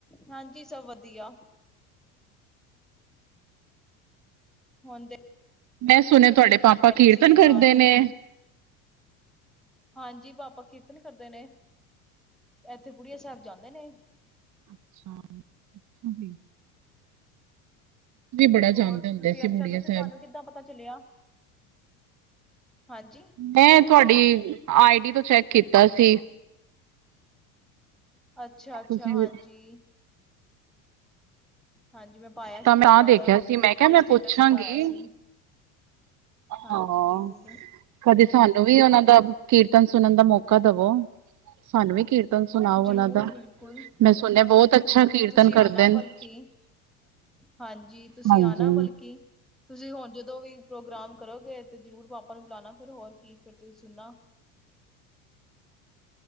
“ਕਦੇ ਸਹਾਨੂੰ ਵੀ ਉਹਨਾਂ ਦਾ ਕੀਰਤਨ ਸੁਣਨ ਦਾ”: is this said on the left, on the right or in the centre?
Right